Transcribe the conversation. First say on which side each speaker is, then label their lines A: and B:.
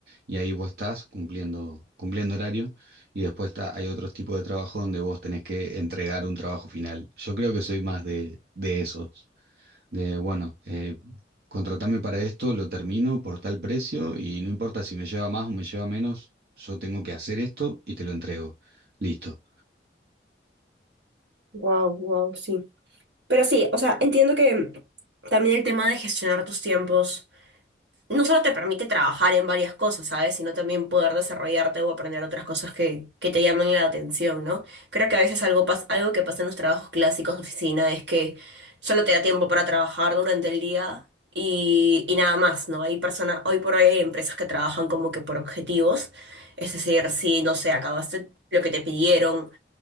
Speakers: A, on the right; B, on the right.
A: y ahí vos estás cumpliendo, cumpliendo horario. Y después está, hay otros tipos de trabajo donde vos tenés que entregar un trabajo final. Yo creo que soy más de, de esos de, bueno, eh, contratame para esto, lo termino por tal precio y no importa si me lleva más o me lleva menos, yo tengo que hacer esto y te lo entrego. Listo.
B: Wow, wow, sí. Pero sí, o sea, entiendo que también el tema de gestionar tus tiempos no solo te permite trabajar en varias cosas, ¿sabes? Sino también poder desarrollarte o aprender otras cosas que, que te llaman la atención, ¿no? Creo que a veces algo, pas- algo que pasa en los trabajos clásicos de oficina es que solo te da tiempo para trabajar durante el día y, y nada más, ¿no? Hay personas, hoy por hoy hay empresas que trabajan como que por objetivos, es decir, si, no sé, acabaste lo que te pidieron